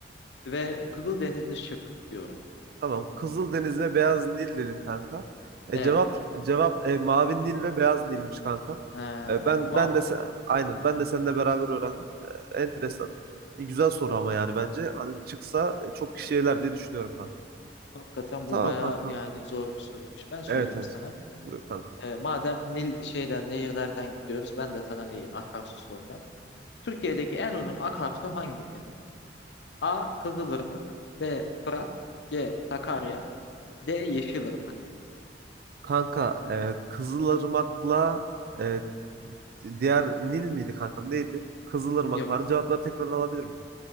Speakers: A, on the left; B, on the right.
A: ve Kızıldenizli şık diyorum.
B: Tamam. Kızıldeniz ve Beyaz Nil dedin kanka. E,
A: Evet.
B: cevap cevap e, Mavi Nil ve Beyaz Nil'miş kanka.
A: Ha,
B: E, ben
A: tuhaf.
B: ben de sen, aynen ben de seninle beraber öğrendim. E, enteresan. E, güzel soru ama yani bence hani çıksa e, çok kişi eler diye düşünüyorum kanka.
A: Hakikaten
B: Tamam
A: bu baya
B: kanka.
A: yani zor bir soruymuş. Ben sorayım
B: Evet evet.
A: sana.
B: Buyur kanka.
A: E, madem Nil şeyden nehirlerden gidiyoruz ben de sana neyi akarsu soracağım. Türkiye'deki en uzun akarsu hangisidir? A. Kızılırmak B. Fırat C. Sakarya D. Yeşilırmak
B: Kanka e, Kızılırmak'la e, diğer Nil miydi kankam neydi? Kızılırmak
A: Yok
B: var. Cevapları tekrardan alabilir miyim?